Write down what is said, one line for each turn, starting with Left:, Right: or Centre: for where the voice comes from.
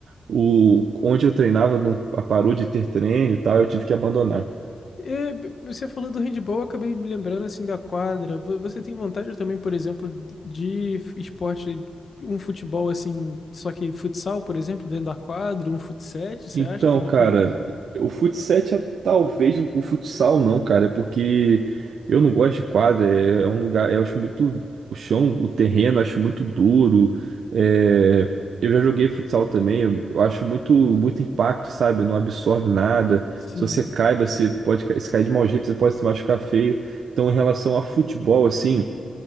Right: o, onde eu treinava não parou de ter treino e tal, eu tive que abandonar.
Left: É, b- você falou do handball, eu acabei me lembrando assim da quadra. Vo- Você tem vontade também, por exemplo, de f- esporte, um futebol assim, só que futsal, por exemplo, dentro da quadra, um futsete, você
Right: Então,
Left: acha também
Right: cara,
Left: que.
Right: o futsal é talvez o futsal não, cara, é porque eu não gosto de quadra, é, é um lugar, eu acho muito o chão, o terreno, eu acho muito duro. é, eu já joguei futsal também, eu, eu acho muito muito impacto, sabe? Não absorve nada.
Left: Sim.
Right: Se você cai, você pode ca- se cair de mau jeito, você pode se machucar feio. Então, em relação a futebol, assim,